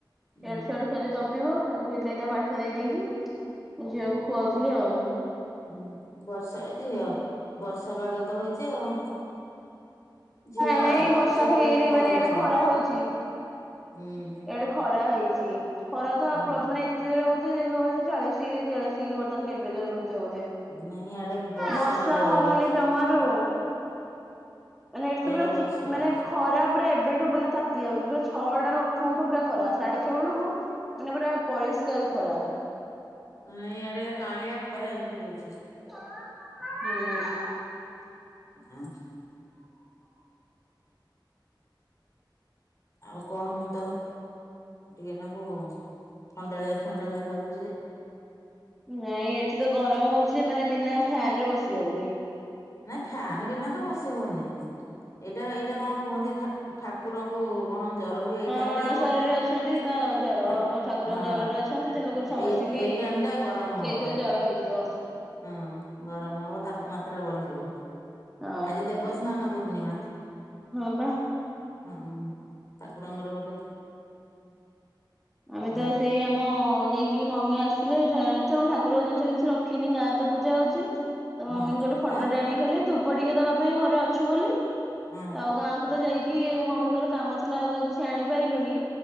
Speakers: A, on the left (about 40°); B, in the centre.
A: ହୁଁ।
B: ଇଆଡୁ ସିଆଡୁ ତପିବ। ତାକୁ ହେଇଥିଲାଗ ତା ପାଠ ଦେଇ ଦେଇକି ମୁଁ ଝିଅକୁ ଖୁଆଉଥିଲି ଆଉ।
A: ହୁଁ, ବର୍ଷା ଏ ଝିଅ ବର୍ଷା ପାଗ ତ ହୋଇଛି ଆଉ। ଝିଅ
B: ନାଇଁ ନାଇଁ, ବର୍ଷା
A: ସୁପ୍ରୀତି
B: ହେଇନି
A: ପଢୁଛି
B: ମାନେ ଇଆଡେ ଖରା ହଉଚି।
A: ହୁଁ।
B: ଏଆଡେ ଖରା ହେଇଛି। ଟି ଖରା ତ
A: ହୁଁ
B: ପ୍ରବ୍ ମାନେ ଏତେ ଜୋର୍ ରେ ରହୁଛି, ଯେ କହିବ ଚାଳିଶ ଡିଗ୍ରୀ କି ତେୟାଳିଶ ଡିଗ୍ରୀ ବର୍ତ୍ତମାନ ଟେମ୍ପରେଚର ରହୁ ଥିବ ବଧେ!
A: ନାହିଁ ଇଆଡେ
B: ବର୍ଷା
A: ପାଗ ଇଆଡେ
B: ହଉନି
A: ହେଇଛି
B: ଜମାରୁ ମାନେ, ଏଠି
A: ଇଆଡେ
B: ତ ପୁରା
A: ବର୍ଷା
B: ଚିକ୍
A: ଉଠେଇଛି।
B: ମାନେ, ଖରା ପୁରା ଏବେଠୁ ମାନେ, ତାତି ଯାଉଛି ପୁରା ଛଅଟାରୁ ଉଠୁ ଉଠୁ ପୁରା ଖରା, ସାଢେ ଛଅ ବଳକୁ ମାନେ ପୁରା ପରିଷ୍କାର ଖରା।
A: ହଁ ଇଆଡେ କାଁଳିଆ ଖରା ଏମତି ହଉଛି।
B: ହୁଁ।
A: ଅଁ। ଆଉ କଣ! ମୁଁ ତ ଟିକେ ନା କୁ ଥଣ୍ଡାଳିଆ ଥଣ୍ଡାଳିଆ ଲାଗୁ
B: ନାଇଁ ଏଠି ତ ଗରମ ହଉଛ ଚି ମାନେ, ବିନା ଫ୍ୟାନ୍ ରେ ବସି ହଉନି।
A: ନାଇଁ, ଫ୍ୟାନ୍ ବିନା ତ ବସ ହଉନି। ଏଇଟା ଏଇଟା କଣ କୁହନ୍ତି ଠାକୁ-ଠାକ୍ କୁରଙ୍କୁ ଗଣ ଜର ହୁଏ, ଏଇ
B: ହଁ
A: ଟାଇମ୍ ରେ
B: ଅଣସରରେ
A: କି କଣ କେଜାଣି?
B: ଅଛନ୍ତି ତ ଜର ହବ ଠାକୁରଙ୍କ
A: ହଁ,
B: ଜରରେ ଅଛନ୍ତି ତେଣୁକରି ସମସ୍ତିଙ୍କି
A: ଏ ଏ ଟାଇମ୍ ଟା ଗରମ
B: ସେଇଥିରେ
A: ହବ।
B: ଜର ହେଇଯିବ
A: ହଁ, ଗରମ ହବ। ତାପମାତ୍ରା ବଢିଯିବ।
B: ହଁ
A: ଆଜି, ଦେବସ୍ନାନ ପୂର୍ଣ୍ଣିମା।
B: ହଁ ବା।
A: ହଁ ଠାକୁରଙ୍କର ଗୋଟେ
B: ଆମେ
A: ନା
B: ତ ସେଇ ଆମ ଯାଇକି ମମି ଆସିଲେ ଠା ତ ମୁ ଠାକୁର ଜିନିଷ କିଛି ରଖିନି ଗାଁରେ ପୂଜା ହଉଛି ତ ମମିଙ୍କୁ
A: ହଁ
B: ଗୋଟେ ଫଟୋଟେ
A: ଆଁ
B: ଆଣି ଖାଲି ଧୂ ପ ଟିକେ ଦବା ପାଇଁ ଘରେ ଅଛୁ ବୋଲି
A: ହଁ
B: ଆଉ ଗାଁକୁ ତ ଯାଇ କି ମମି ଘର କାମ ଥିଲା ଆଉ ତ କିଛି ଆଣିପାଇଲୁନି